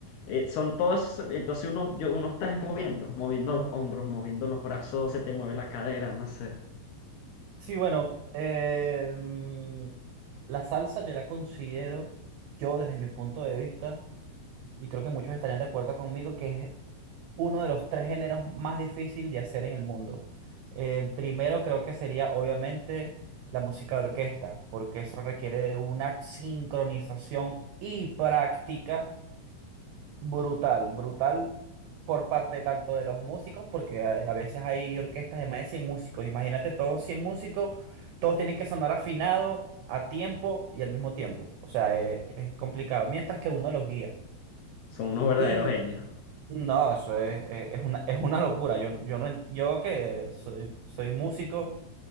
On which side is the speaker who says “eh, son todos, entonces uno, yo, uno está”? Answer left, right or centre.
Left